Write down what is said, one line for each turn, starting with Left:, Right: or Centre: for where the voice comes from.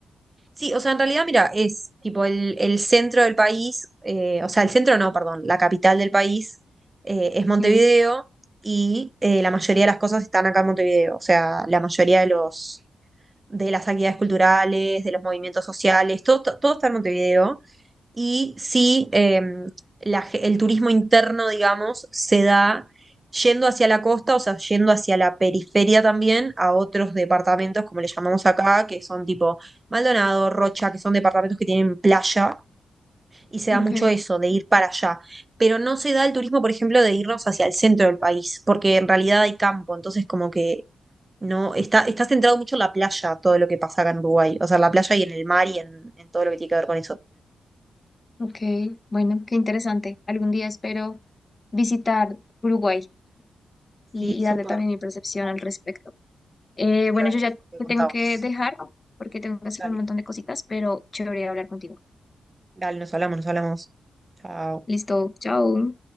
Right: sí, o sea, en realidad, mira, es tipo el, el centro del país, eh, o sea, el centro no, perdón, la capital del país eh, es Montevideo
Left: Sí,
Right: y eh, la mayoría de las cosas están acá en Montevideo, o sea, la mayoría de los de las actividades culturales, de los movimientos sociales, todo, todo todo está en Montevideo. y sí eh, la ge- el turismo interno, digamos, se da yendo hacia la costa, o sea, yendo hacia la periferia también, a otros departamentos, como le llamamos acá, que son tipo Maldonado, Rocha, que son departamentos que tienen playa, y se da
Left: ok,
Right: mucho eso, de ir para allá. Pero no se da el turismo, por ejemplo, de irnos hacia el centro del país, porque en realidad hay campo, entonces como que no, está, está centrado mucho en la playa, todo lo que pasa acá en Uruguay, o sea, en la playa y en el mar y en, en todo lo que tiene que ver con eso.
Left: ok, bueno, qué interesante. Algún día espero visitar Uruguay y,
Right: Sí, súper.
Left: y darte también mi percepción al respecto. Eh, bueno,
Right: día venís,
Left: yo ya
Right: te
Left: te
Right: contamos.
Left: tengo que dejar porque tengo que hacer
Right: Dale,
Left: un montón de cositas, pero chévere hablar contigo.
Right: dale, nos hablamos, nos hablamos. Chao.
Left: Listo, chao.